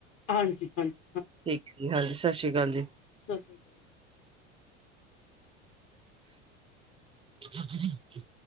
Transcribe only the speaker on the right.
ਠੀਕ ਜੀ, ਹਾਂਜੀ ਸਤਿ ਸ੍ਰੀ ਅਕਾਲ ਜੀ।
ਹ <inaudible>